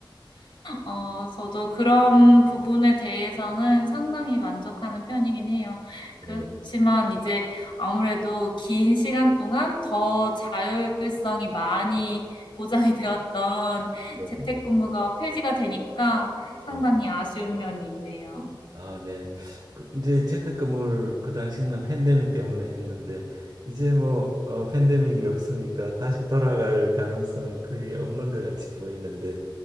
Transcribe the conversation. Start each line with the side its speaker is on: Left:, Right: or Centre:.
Left: 어, 저도 그런 부분에 대해서는 상당히 만족하는 편이긴 해요. 그렇지만
Right: 네,
Left: 이제 아무래도 긴 시간 동안 더 자율성이 많이 보장이 <laughs> 되었던
Right: 네,
Left: 재택근무가 폐지가 되니까 상당히
Right: 네.
Left: 아쉬운 면이 있네요.
Right: 아, 네. 그 이제 재택근무를 그 당시에는 팬데믹 때문에 했는데 이제 뭐 어, 팬데믹이 없으니까 다시 돌아갈 가능성은 거의 없는 것 같이 보이는데